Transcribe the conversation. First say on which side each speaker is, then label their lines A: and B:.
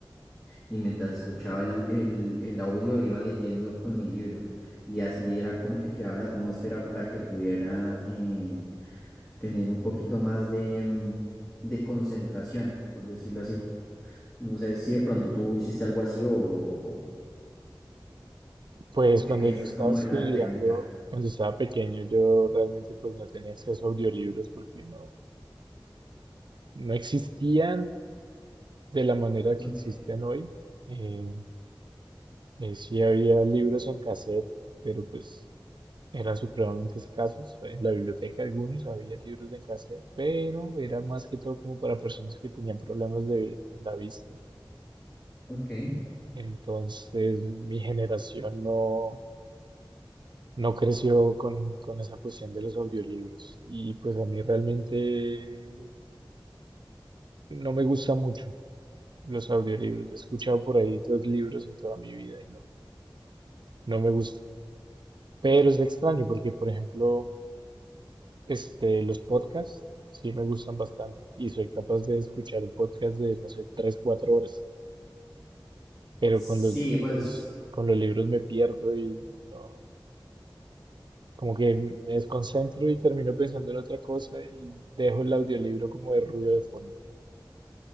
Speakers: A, in the centre; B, on the right.
A: y mientras escuchaba el, el, el audio iba leyendo con mi libro y así era como que creaba la atmósfera para que pudiera eh, tener un poquito más de, mm, de concentración, por decirlo así. No sé si de pronto tú hiciste algo así o, o,
B: Pues
A: o qué
B: cuando
A: piensas
B: yo estaba
A: como
B: estudiando,
A: de la técnica.
B: cuando estaba pequeño, yo realmente pues no tenía acceso a audiolibros porque no, no existían de la manera que
A: Ok,
B: existen hoy. Eh, eh, sí había libros en cassette, pero pues eran supremamente escasos. En la biblioteca algunos había libros en cassette, pero era más que todo como para personas que tenían problemas de la vista.
A: ok.
B: Entonces mi generación no no creció con, con esa cuestión de los audiolibros. Y pues a mí realmente no me gusta mucho los audiolibros. He escuchado por ahí dos libros en toda mi vida y no, no me gusta. Pero es extraño porque, por ejemplo, este, los podcasts sí me gustan bastante y soy capaz de escuchar un podcast de, no sé, tres, cuatro horas. Pero
A: Sí,
B: con los libros,
A: pues
B: con los libros me pierdo y no, como que me desconcentro y termino pensando en otra cosa y dejo el audiolibro como de ruido de fondo.